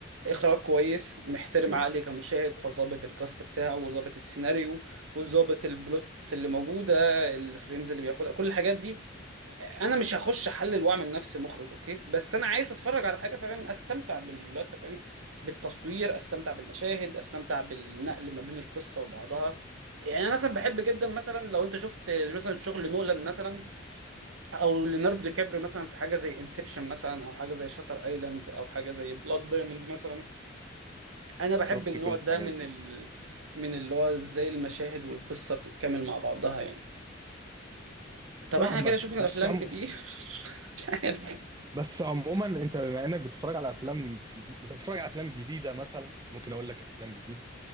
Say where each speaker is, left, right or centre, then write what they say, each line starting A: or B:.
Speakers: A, on the right (about 85°); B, on the right (about 20°).
A: اخراج كويس محترم
B: اوكي
A: عقلي كمشاهد فظابط الكاست بتاعه وظابط السيناريو وظابط البلوتس اللي موجوده الفريمز اللي بياخدها كل الحاجات دي انا مش هخش احلل واعمل نفسي مخرج اوكي بس انا عايز اتفرج على حاجه فعلا استمتع بال لو انت فاهم بالتصوير استمتع بالمشاهد استمتع بالنقل ما بين القصه وبعضها يعني انا مثلا بحب جدا مثلا لو انت شفت مثلا شغل نولان مثلا او ليوناردو دي كابريو مثلا في حاجه زي انسبشن مثلا او حاجه زي شاتر ايلاند او حاجه زي بلاد دايموند مثلا انا بحب
B: شفت
A: النوع
B: كل الحاجات
A: ده من
B: دي
A: ال... من اللي هو ازاي المشاهد والقصه بتتكامل مع بعضها يعني طب
B: فاهمك
A: احنا كده شفنا
B: مش
A: افلام
B: عم...
A: كتير <laughs> لا،
B: بس عموما انت بما انك بتتفرج على افلام جديد انت بتتفرج على افلام جديده مثلا ممكن اقول لك افلام جديد